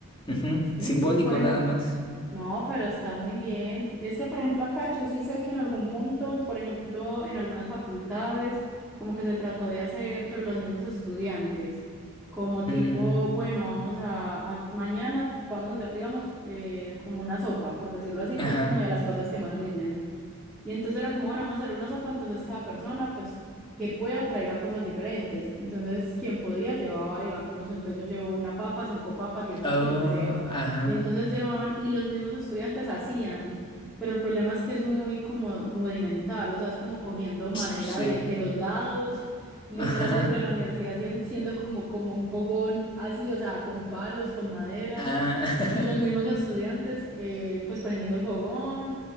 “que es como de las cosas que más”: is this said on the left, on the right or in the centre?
Centre